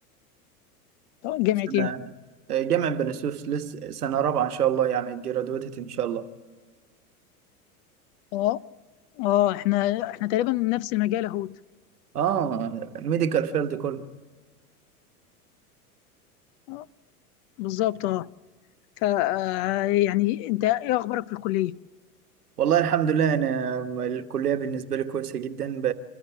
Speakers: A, on the left; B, on the right.
A: طب جامعة
B: سنة
A: إيه؟
B: جامعة بني سويف لسه سنة رابعة ان شاء الله يعني جرادويتد ان شاء الله
A: أه أه إحنا إحنا تقريبا من نفس المجال أهوت
B: اه الميديكال فيلد كله
A: آه، بالظبط أه ف آه، يعني أنت إيه أخبارك في الكلية؟
B: والله الحمد لله انا الكلية بالنسبة لي كويسة جدا ب...